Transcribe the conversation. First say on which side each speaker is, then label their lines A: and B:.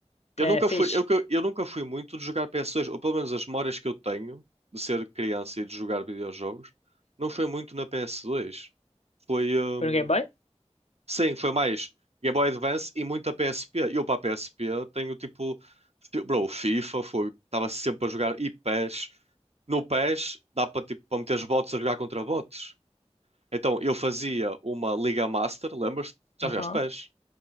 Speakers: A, on the right; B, on the left.
A: Eu
B: É,
A: nunca
B: fixe.
A: fui, eu, que- eu nunca fui muito de jogar PS2, ou pelo menos as memórias que eu tenho de ser criança e de jogar videojogos, não foi muito na PS2. Foi. hum,
B: Foi no Game Boy?
A: Sim, foi mais Game Boy Advance e muita PSP. Eu para a PSP tenho tipo, fi- bro, FIFA, foi, estava sempre a jogar e PES. No PES dá para tipo, para meter os bots a jogar contra bots. Então eu fazia uma Liga Master, lembras-te? Já
B: Aham.
A: jogaste PES?